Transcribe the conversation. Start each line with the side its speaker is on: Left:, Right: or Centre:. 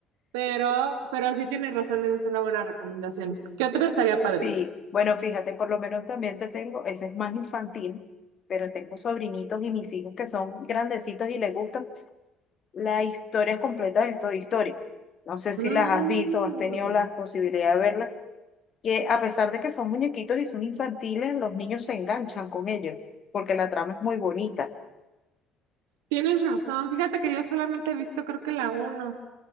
Right: Pero, pero sí tienes razón, esa es una buena recomendación. ¿Qué otra estaría padre?
Left: Sí, bueno, fíjate, por lo menos también te tengo, ese es más infantil, pero tengo sobrinitos y mis hijos que son grandecitos y les gustan las historias completas de Toy Story. No sé si
Right: Mm,
Left: las has visto, has tenido la posibilidad de verlas, que a pesar de que son muñequitos y son infantiles, los niños se enganchan con ellos, porque la trama es muy bonita.
Right: tienes razón. Fíjate que yo solamente he visto creo que la uno.